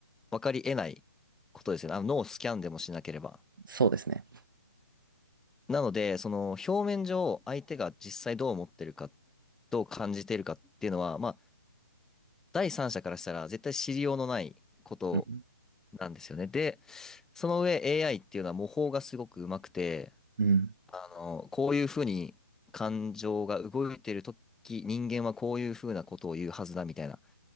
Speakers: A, in the centre; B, on the right.
A: 分かり得ないことですよね。あの脳をスキャンでもしなければ。
B: そうですね。
A: なので、その表面上、相手が実際どう思ってるか、どう感じてるかっていうのは、まあ、第三者からしたら絶対知りようのないこと
B: うん。
A: なんですよね。で、その上 AI っていうのは模倣がすごくうまくて、
B: うん。
A: あの、こういうふうに感情が動いてるとき、人間はこういうふうなことを言うはずだみたいな